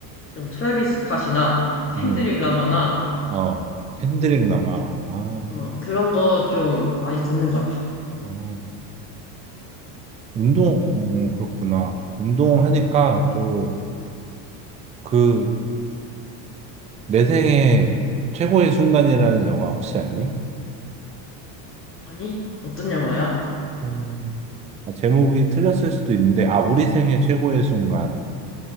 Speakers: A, on the left (about 25°); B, on the right (about 15°).
A: 좀 트래비스 스캇이나 켄드릭
B: 음,
A: 라마나,
B: 어. 핸드릭 남아. 아,
A: 어, 그런 거 좀 많이 듣는 것 같아.
B: 어. 운동, 음, 그렇구나. 운동하니까 또 그, 내 생애 최고의 순간이라는 영화 혹시 아니?
A: 아니, 어떤 영화야?
B: 음. 아, 제목이 틀렸을 수도 있는데, 아, 우리 생애 최고의 순간.